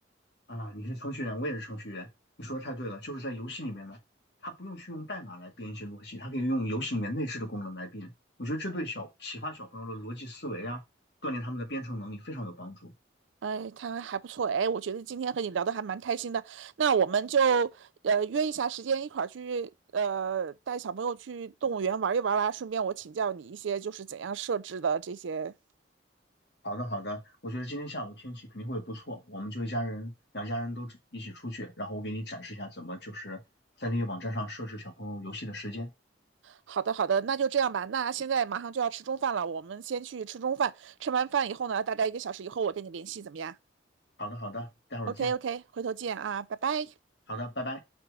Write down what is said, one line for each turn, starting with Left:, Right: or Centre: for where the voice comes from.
Left: 啊！你是程序员，我也是程序员，你说的太对了，就是在游戏里面呢，他不用去用代码来编一些逻辑，他可以用游戏里面内置的功能来编。我觉得这对小启发小朋友的逻辑思维啊，锻炼他们的编程能力非常有帮助。
Right: 哎，他还不错哎，我觉得今天和你聊的还蛮开心的。那我们就呃约一下时间，一块儿去呃带小朋友去动物园玩一玩啦。顺便我请教你一些就是怎样设置的这些。
Left: 好的，好的，我觉得今天下午天气肯定会不错，我们就一家人，两家人都一起出去，然后我给你展示一下怎么就是在那个网站上设置小朋友游戏的时间。
Right: 好的，好的，那就这样吧。那现在马上就要吃中饭了，我们先去吃中饭。吃完饭以后呢，大概一个小时以后我跟你联系，怎么样
Left: 好的，好的，待会儿见。
Right: ？OK OK，回头见啊，拜拜。
Left: 好的，拜拜。